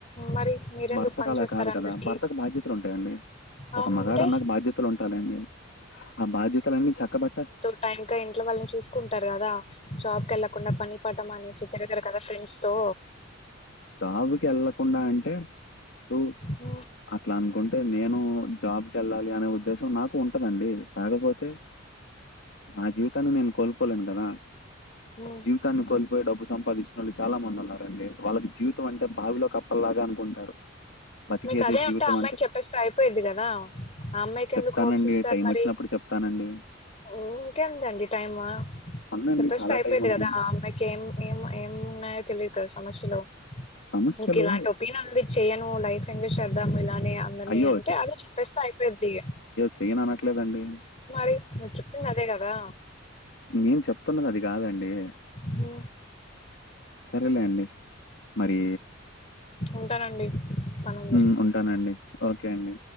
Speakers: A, on the left; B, on the left.
A: మరి మీరెందుకు
B: భర్తకు
A: పని
B: అలా
A: చేస్తారు
B: కాదు
A: అందరికి
B: కదా భర్తకు బాధ్యతలు ఉంటాయండి.
A: అవును
B: ఒక మగాడు
A: ఉంటే
B: అన్నాక బాధ్యతలు ఉంటాలండి ఆ బాధ్యతలన్నీ చక్కబట్టాల్
A: ట ఇంకా ఇంట్లో వాళ్ళని చూసుకుంటారు గదా జాబ్ కెళ్ళలకుండా పని పటం మానేసి తిరగరు కదా ఫ్రెండ్స్ తో
B: చావుకి ఎళ్ళకుండా అంటే టూ
A: మ్మ్
B: అట్లా అనుకుంటే నేను జాబ్కి ఎళ్ళాలి అనే ఉద్దేశం నాకు ఉంటదండి కాకపోతే నా జీవితాన్ని నేను కోల్పోలేను గదా
A: ఉ
B: తాన్ని కోల్పోయ్ డబ్బు సంపాదిచినోళ్ళు చాలా మంది ఉన్నారండి వాళ్ళకి జీవి తం అంటే బావిలో కప్పల్లాగా అనుకుంటారు బతికేదే
A: మీకు అదే
B: జీవితం
A: అంటే ఆ అమ్మాయికి చెప్పేస్తె అయిపోయిద్ది గదా ఆ అమ్మాయికి
B: చెప్తానండి
A: ఎందుకు హోప్స్ ఇస్తారు
B: టైం
A: మరి
B: వచ్చినప్పుడు చెప్తానండి.
A: ఇంకేందండి టైమ్
B: ఉందండి
A: చెప్పేస్తే
B: చాలా
A: అయిపోయిద్ది
B: టైం ఉందండి.
A: గదా ఆ అమ్మాయ్ కేం ఏం ఏం ఉన్నాయో తెలీద్ కద సమస్యలు
B: సమస్యలు
A: నీక్ ఇలాంటి ఒ పి నంది చేయను లైఫ్ ఎంజాయ్ చేద్దాం ఇలానే అందరినీ
B: అయ్యో
A: అంటే అది చెప్పేస్తే అయిపోయిద్దియ
B: చెయ్యన్ అనట్లేదండి
A: మరి నువ్ చెప్పింది అదే గదా
B: నేను చెప్తున్నది అది గాదండి
A: ఉ
B: సరేలే అండి మరీ
A: ఉంటానండి పనుంది
B: ఉ ఉంటానండి ఓకే అండి